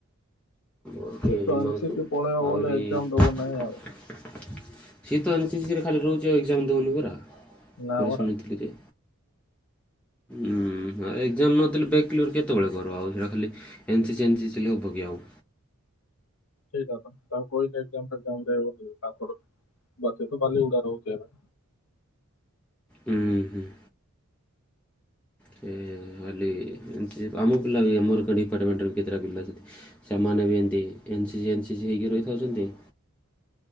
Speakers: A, in the centre; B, on the left.
A: ଆଉ
B: ସିଏ
A: କିଏ
B: ତ
A: ହିମାଂଶୁ
B: ଏନ ସି ସି ପଳେଇବ
A: ଆହୁରି
B: ବୋଲେ ଏକ୍ଜାମ ଦବ ନାହିଁ
A: ସିଏ ତ ଏନ୍ ସି ସି ଖାଲି ରହୁଛି ଆଉ ଏକ୍ଜାମ ଦଉନି ପରା।
B: ନାପରା।
A: ବୋଲି ଶୁଣିଥିଲି ଯେ ଉଁ ଆଉ ଏକ୍ଜାମ ନଦେଲେ ବ୍ୟାକ୍ କ୍ଲିୟର କେତେବେଳେ କରିବ ଆଉ ସେଇ ଖାଲି ଏନ୍ସିଚ ଏନ୍ସିଚ ହେଲେ ହବ କି ଆଉ।
B: ସେଇଟା ତ ତାକୁ କହିଲେ ଏକ୍ଜାମ ଫେକ୍ଜାମ ଦେ ବୋଲି ବାଲିଗୁଡା ରହୁଛି ଏବେ।
A: ହୁଁ ହୁଁ। ହେ ଖାଲି ଏନ୍ ସି ସି ଆମ ପିଲା ବି ଆମର କ ଡିପାର୍ଟମେଣ୍ଟରେ ବି କେତେଟା ପିଲା ଅଛନ୍ତି। ସେମାନେ ବି ଏମିତି N C C N C ହେଇକି ରହିଥାଉଛନ୍ତି।